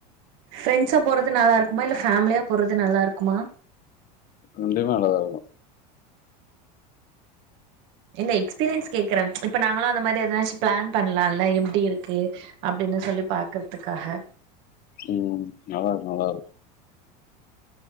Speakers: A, on the right (about 60°); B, on the left (about 45°).
A: ஃப்ரண்ட்ஸா போறது நல்லா இருக்குமா இல்ல ஃபேமிலியா போறது நல்லாருக்குமா
B: ரெண்டுமே நல்லாத இருக்கும்
A: இல்ல எக்ஸ்பீரியன்ஸ் கேக்குறேன் இப்ப நாங்களும் அந்த மாரி எதனாச்சு பிளான் பண்ணலாம்ல எப்படி இருக்கு அப்படின்னு சொல்லி பாக்குறதுக்காக
B: உம் நல்லாருக்கு நல்லாருக்கு